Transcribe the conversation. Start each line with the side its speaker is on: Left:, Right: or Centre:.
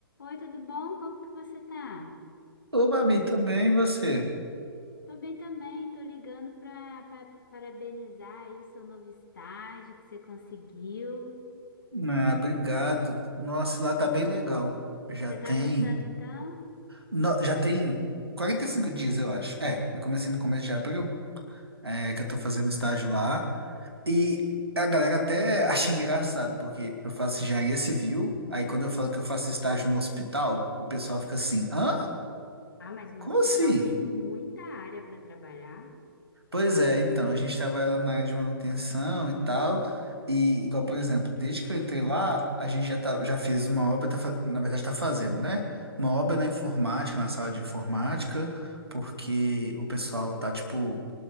Left: Oi, tudo bom? Como que você tá?
Right: Ô, Babi, tudo bem, e você?
Left: Tô bem também, tô ligando pra, pra- parabenizar aí o seu novo estágio que você conseguiu.
Right: Ah, obrigado. Nossa, lá tá bem legal. Já
Left: Você
Right: tem.
Left: tá gostando então?
Right: no- já tem 45 dias, eu acho. É, eu comecei no começo de abril, é, que eu tô fazendo estágio lá. E a galera até <laughs> acha engraçado, porque eu faço engenharia civil, aí quando eu falo que eu faço estágio no hospital, o pessoal fica assim: hã?
Left: Ah, mas no
Right: Como
Left: hospital
Right: assim?
Left: tem muita área para trabalhar.
Right: Pois é, então, a gente trabalha lá na área de manutenção e tal. E igual, por exemplo, desde que eu entrei lá, a gente já, tá, já fez uma obra, tá, fa- na verdade está fazendo, né? Uma obra na informática, na sala de informática, porque o pessoal tá, tipo,